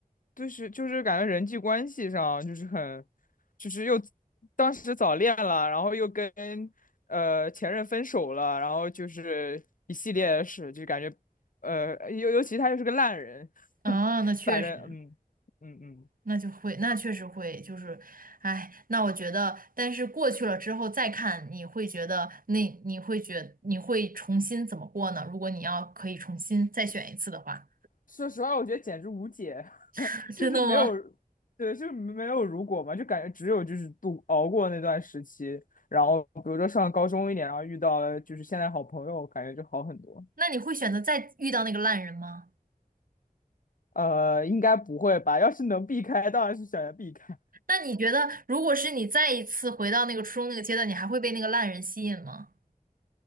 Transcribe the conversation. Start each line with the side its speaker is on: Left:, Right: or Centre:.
Left: 就是就是感觉人际关系上就是很，就是又当时早恋了，然后又跟呃前任分手了，然后就是一系列的事，就感觉呃尤尤其他又是个烂人，
Right: 啊，
Left: <laughs>
Right: 那确实。
Left: 反正嗯嗯嗯。
Right: 那就会，那确实会，就是，哎，那我觉得，但是过去了之后再看，你会觉得那你会觉你会重新怎么过呢？如果你要可以重新再选一次的话，
Left: 说实话，我觉得简直无解，<laughs>
Right: <laughs>
Left: 就是没有，
Right: 真的吗？
Left: 对，就是没有如果嘛，就感觉只有就是度熬过那段时期，然后比如说上高中一点，然后遇到了就是现在好朋友，感觉就好很多。
Right: 那你会选择再遇到那个烂人吗？
Left: 呃，应该不会吧？要是能避开，当然是想要避开，
Right: 那你觉得，如果是你再一次回到那个初中那个阶段，你还会被那个烂人吸引吗？